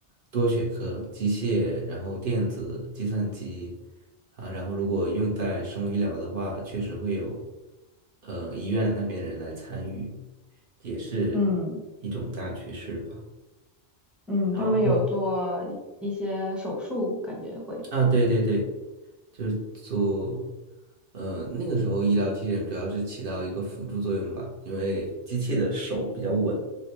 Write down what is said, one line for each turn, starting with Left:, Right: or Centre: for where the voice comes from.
Right: 多学科，机械，然后电子、计算机啊，然后如果用在生物医疗的话，确实会有呃医院那边的人来参与，也是一种大趋势吧。
Centre: 嗯嗯，
Right: 然后。
Centre: 他们有做一些手术，感觉会。
Right: 啊，对对对，就是做，呃，那个时候医疗机器人主要是起到一个辅助作用吧，因为机器的手比较稳，